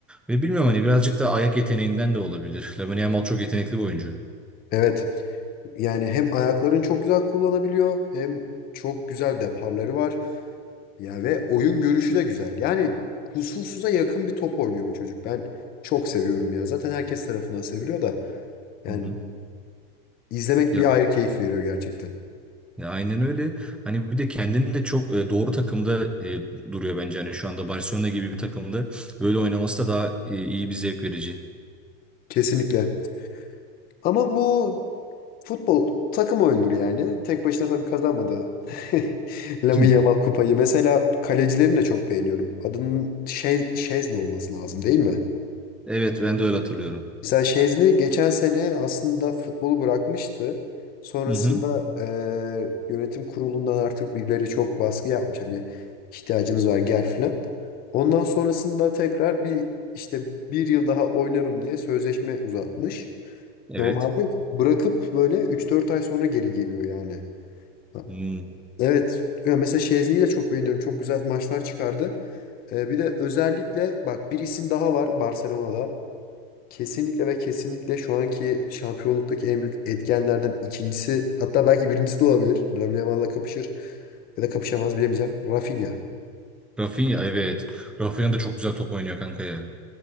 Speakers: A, in the centre; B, on the left.
A: Ve bilmiyorum hani birazcık da ayak yeteneğinden de olabilir. Lamine Yamal çok yetenekli bir oyuncu.
B: Evet yani hem ayaklarını çok güzel kullanabiliyor hem çok güzel deparları var. Ya ve oyun görüşü de güzel. Yani kusursuza yakın bir top oynuyor o çocuk. Ben çok seviyorum ya. Zaten herkes tarafından seviliyor da yani
A: Hı hı.
B: İzlemek
A: Ya,
B: bir ayrı keyif veriyor gerçekten.
A: ya aynen öyle. Hani bir de kendini de çok e, doğru takımda e, duruyor bence. Hani şu anda Barcelona gibi bir takımda böyle oynaması da daha e, iyi bir zevk verici.
B: Kesinlikle. Ama bu futbol takım oyundur yani. Tek başına tabii kazanmadı. <laughs> Lamine
A: <laughs> Hı.
B: Yamal kupayı. Mesela kalecilerini de çok beğeniyorum. Adının şey, Şezne olması lazım değil mi?
A: Evet, ben de öyle hatırlıyorum.
B: Mesela Şezni geçen sene aslında futbolu bırakmıştı. Sonrasında
A: Hı hı.
B: eee, yönetim kurulundan artık birileri çok baskı yapmış. Hani ihtiyacımız var gel filan. Ondan sonrasında tekrar bir işte bir yıl daha oynarım diye sözleşme uzatmış.
A: Evet.
B: Normalde bırakıp böyle üç dört ay sonra geri geliyor yani. Ha,
A: Hı.
B: Evet. Ya mesela Şezni'yi de çok beğeniyorum. Çok güzel maçlar çıkardı. Ee, bir de özellikle bak bir isim daha var Barcelona'da. Kesinlikle ve kesinlikle şu anki şampiyonluktaki en büyük etkenlerden ikincisi hatta belki birincisi de olabilir. Lamine Yamal'la kapışır ya da kapışamaz bilemeyeceğim. Rafinha.
A: Rafinha evet. Rafinha da çok güzel top oynuyor kanka ya.